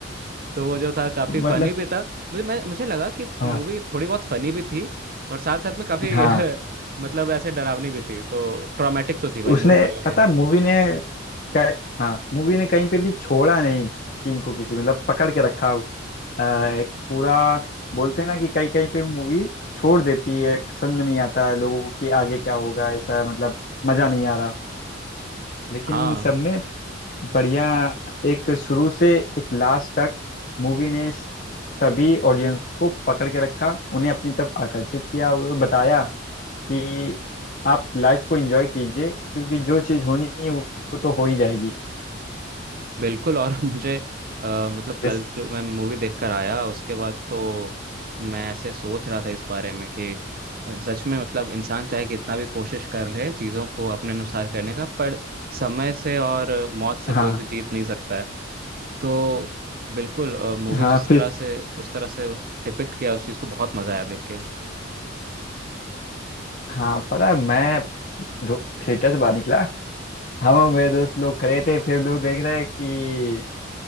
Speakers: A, on the right; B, on the left.
A: तो वो जो था काफी
B: मतलब
A: फनी भी था मुझे मैं मुझे लगा कि
B: हाँ
A: मूवी थोड़ी बहुत फनी भी थी और साथ साथ में काफी
B: हाँ
A: <laughs> मतलब ऐसे डरावनी भी थी तो ट्रॉमेटिक तो थी भाई
B: उसने
A: मूवी बढ़िया
B: पता
A: थी
B: मूवी ने कह- हाँ मूवी ने कहीं पे भी छोड़ा नहीं सीन को किसी मतलब पकड़ के रखा अ, एक पूरा बोलते हैं ना कि कहीं कहीं पे मूवीज छोड़ देती है समझ में नहीं आता है लोगों को कि आगे क्या होगा ऐसा मतलब मजा नहीं आ रहा लेकिन
A: हाँ
B: इन सब में बढ़िया एक शुरू से एक लास्ट तक मूवी ने सभी ऑडियंस को पकड़ के रखा उन्हें अपनी तरफ आकर्षित किया और बताया कि आप लाइफ को एंजॉय कीजिए क्योंकि जो चीज़ होनी है वो वो तो हो ही जाएगी
A: बिल्कुल और <laughs> मुझे अ, मतलब
B: जैसे
A: कल जो मैं मूवी देखकर आया उसके बाद तो मैं ऐसे सोच रहा था इस बारे में कि अ, सच में मतलब इंसान चाहे कितना भी कोशिश कर ले चीज़ों को अपने अनुसार करने का पर समय से और अ, मौत से कोई
B: हाँ
A: भी जीत नहीं सकता है तो बिल्कुल मूवी
B: हाँ
A: जिस
B: फिर
A: तरह से उस तरह से डिपिक्ट किया उस चीज़ को बहुत मज़ा आया देख के
B: हाँ पता है मैं दो- थिएटर से बाहर निकला हम और मेरे दोस्त लोग खड़े थे फिर लोग देख रहे हैं कि